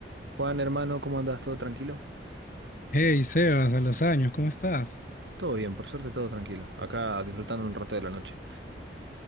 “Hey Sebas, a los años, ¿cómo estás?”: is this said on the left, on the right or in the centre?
Left